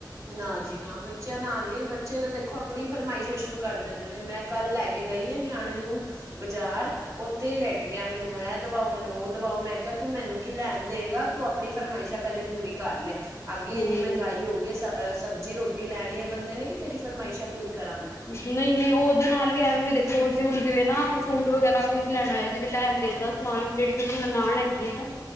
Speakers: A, on the right (about 40°); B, on the left (about 35°).
A: ਨਾ ਜੀ ਨਾ ਬੱਚਿਆਂ ਨਾਲ ਨੀ ਬੱਚੇ ਤਾਂ ਦੇਖੋ ਆਪਣੀ ਫਰਮਾਇਸ਼ ਹੈ ਸ਼ੁਰੂ ਕਰ ਦਿੰਦੇ ਨੇ ਮੈਂ ਕੱਲ ਲੈ ਕੇ ਗਈ ਆ ਨਿਆਣੇ ਨੂੰ ਬਾਜ਼ਾਰ ਉੱਥੇ ਹੀ ਲੇਟ ਗਿਆ ਮੈਨੂੰ ਇਹ ਦਵਾਓ ਮੈਨੂੰ ਉਹ ਦਵਾਓ ਮੈਂ ਕਿਹਾ ਤੂੰ ਮੈਨੂੰ ਕੀ ਲੈਣ ਦੇਗਾ ਤੂੰ ਆਪਣੀ ਫਰਮਾਇਸ਼ਾਂ ਪਹਿਲੇ ਪੂਰੀ ਕਰ ਲੈ ਅੱਗੇ
B: ਹਮ
A: ਇੰਨੀ ਮਹਿੰਗਾਈ ਹੋ ਗਈ ਐ ਸਬਜ਼ੀ ਰੋਟੀ ਲੈਣੀ ਹੈ ਬੰਦੇ ਨੇ ਕਿ ਤੇਰੀ ਫਰਮਾਇਸ਼ਾਂ ਪੂਰੀ ਕਰਾਂ ਮੈਂ
B: ਨਈ-ਨਈ ਉਦੇ ਨਾਲ ਵੀ ਐਵੇਂ ਵੀ ਦੇਖੋ ਅਸੀਂ ਹੁਣ ਜਿਵੇਂ ਨਾ ਸੂਟ ਵਗੈਰਾ ਕੁਝ ਲੈਣ ਆਏ ਸੀ ਜਿਵੇਂ ਲੈਣ ਦੇਣ ਦਾ ਨਾਲ ਜੇੜੀ ਮੇਰੀ ਨਨਾਣ ਹੈਗੀ ਏ ਨਾ।